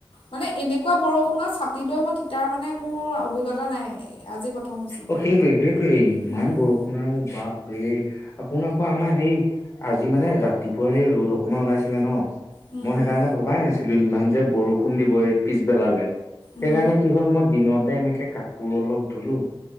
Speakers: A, on the left; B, on the left.
A: মানে এনেকুৱা বৰষুণত ছাটি লৈ মই তিতাৰ মানে মোৰ অভিজ্ঞতা নাই আজি প্ৰথম হৈছে।
B: অ সেইটোয়ে সেইটোৱে ইমান
A: উম।
B: বৰষুণও বাপে শুন আকৌ আমাৰ সেই আজি আজি মানে ৰাতিপুৱা সেই ৰ'দ অকণমান ওলাইছিলে ন
A: উম,
B: মই সেইকাৰণে ভবাই নাছিলো ইমান যে বৰষুণ খোন দিবই পিছবেলালে সেইকাৰণে
A: উম,
B: কি হ'ল মই দিনতে এনেকে কাট পোৰ অলপ ধুলোঁ